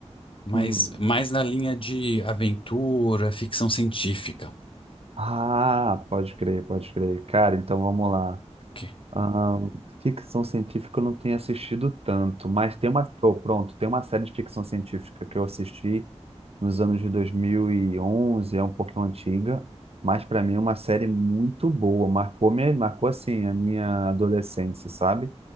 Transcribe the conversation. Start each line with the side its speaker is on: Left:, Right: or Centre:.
Left: mas
Right: Uhum.
Left: mais na linha de aventura, ficção científica.
Right: Ah, pode crer, pode crer. Cara, então vamos lá.
Left: Que-
Right: Ahn, ficção científica eu não tenho assistido tanto, mas tem uma, pô, pronto, tem uma série de ficção científica que eu assisti nos anos de 2011. é um pouquinho antiga, mas para mim é uma série muito boa, marcou minha, marcou assim a minha adolescência, sabe?